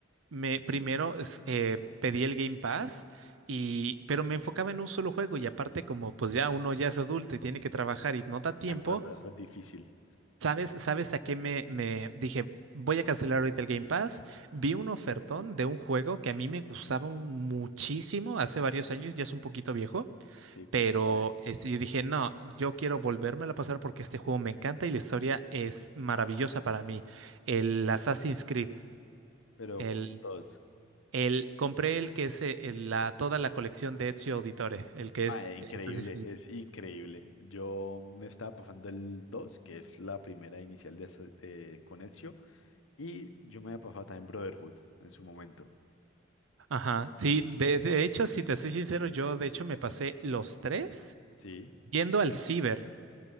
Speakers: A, on the right; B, on the left.
A: me primero es- eh, pedí el Game Pass y pero me enfocaba en un solo juego y aparte como pues ya uno ya es adulto y tiene que trabajar y no da tiempo,
B: me acuerdo, eso es difícil.
A: ¿Sabes, sabes a qué me, me dije? Voy a cancelar ahorita el Game Pass. Vi un ofertón de un juego que a mí me gustaba un- muchísimo hace varios años, ya es un poquito viejo,
B: Sí,
A: pero
B: parece.
A: eh, sí dije, no, yo quiero volvérmelo a pasar porque este juego me encanta y la historia es maravillosa para mí. El Assassin's Creed,
B: Pero
A: el,
B: ¿cuántos?
A: el compré el que es eh, el- la, toda la colección de Ezio Auditore, el que
B: Ah,
A: es
B: eh, increíble,
A: eh, Assassin's Creed.
B: es increíble. Yo me estaba pasando el 2 que es la primera inicial de, esa- de Conexio, y yo me había pasado también Brotherhood en su momento.
A: Ajá, sí, de, de hecho, si te soy sincero, yo de hecho me pasé los tres.
B: Sí.
A: Yendo al ciber,